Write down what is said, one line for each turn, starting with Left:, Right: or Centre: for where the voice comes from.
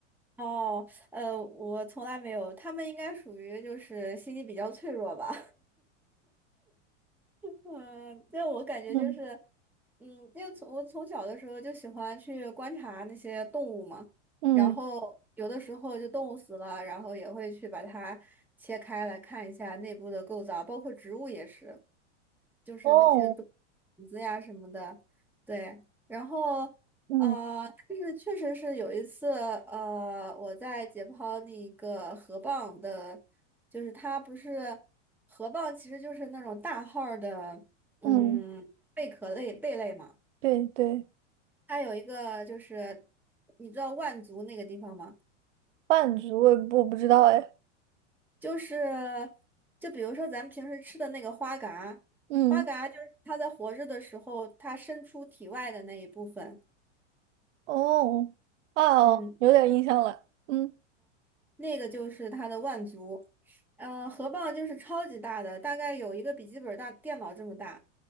Centre: 哦，呃，我从来没有，他们应该属于就是心理比较脆弱吧。嗯，就我感觉就是，
Right: 嗯，
Centre: 嗯，因为从我从小的时候就喜欢去观察那些动物嘛，
Right: 嗯
Centre: 然后有的时候就动物死了，然后也会去把它切开来看一下内部的构造，包括植物也是，就是那些种
Right: 哦，
Centre: 子呀什么的，对，然后
Right: 嗯
Centre: 呃，但是确实是有一次，呃，我在解剖那个河蚌的。就是它不是河蚌，其实就是那种大号儿的，
Right: 嗯，
Centre: 嗯，贝壳类贝类嘛。
Right: 对对，
Centre: 它有一个就是，你知道万族那个地方吗？
Right: 半局我也不我不知道哎。
Centre: 就是，就比如说咱们平时吃的那个花蛤，
Right: 嗯
Centre: 花蛤就是它在活着的时候，它伸出体外的那一部分。
Right: 哦啊哦，
Centre: 嗯。
Right: 有点印象了。嗯
Centre: 那个就是它的腕足，呃，河蚌就是超级大的，大概有一个笔记本大电脑这么大，